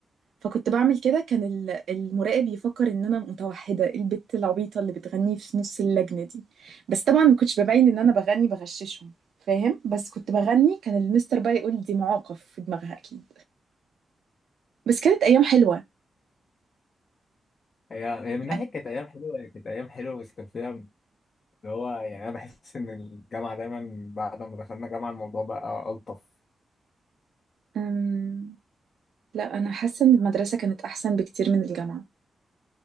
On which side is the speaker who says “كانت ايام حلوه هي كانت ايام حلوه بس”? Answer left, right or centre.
Left